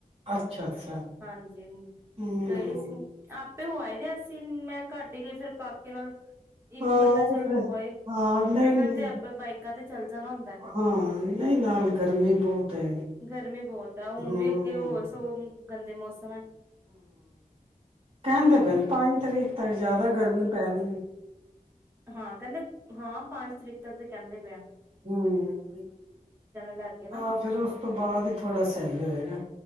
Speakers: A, on the right (about 40°); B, on the right (about 15°).
A: ਅੱਛਾ ਅੱਛਾ
B: ਹਾਂਜੀ,
A: ਹੂੰ
B: ਗਏ ਸੀ ਆਪ ਤੇ ਹੋ ਆਏਦੇ ਅਸੀ, ਮੈਂ ਘੱਟ ਹੀ ਗਈ ਫੇਰ ਕਾਕੇ ਨਾਲ। ਇੱਕ
A: ਹਾਂ
B: ਬੰਦਾ
A: ਉਹ
B: ਚੱਲ
A: ਫਿਰ
B: ਹੋ ਆਏ। ਹਮ,
A: ਹਾਂ ਨਹੀਂ
B: ਇਹਨਾਂ
A: ਨਹੀਂ
B: ਨੇ ਤੇ ਆਪੇ ਬਾਈਕ ਕਰਦੇ ਚੱਲ ਜਾਣਾ ਹੁੰਦਾ।
A: ਹਾਂ, ਨਹੀਂ ਨਾਲ ਗਰਮੀ ਬਹੁਤ ਐ।
B: ਗਰਮੀ ਬਹੁਤ ਆ ਹੁਣ
A: ਹਮ-ਹਮ-ਹਮ
B: ਵੀ ਅੱਗੇ ਹੋਰ ਸਗੋਂ ਗੰਦੇ ਮੌਸਮ ਹੈ
A: ਕਹਿੰਦੇ ਪਏ
B: ਹੂੰ
A: ਨੇ, ਪੰਜ ਤਰੀਕ ਤੱਕ ਜਿਆਦਾ ਗਰਮੀ ਪੈਣੀ ਏ।
B: ਹਾਂ, ਕਹਿੰਦੇ। ਹਾਂ, ਪੰਜ ਤਰੀਕ ਤੱਕ ਤੇ ਕਹਿੰਦੇ ਪਏ ਆ।
A: ਹਮ,
B: ਲੈ ਕੇ ਨਾ
A: ਆਹ ਫਿਰ ਉਸ ਤੋਂ ਬਾਅਦ ਹੀ ਥੋੜਾ ਸਹੀ ਹੋਏਗਾ।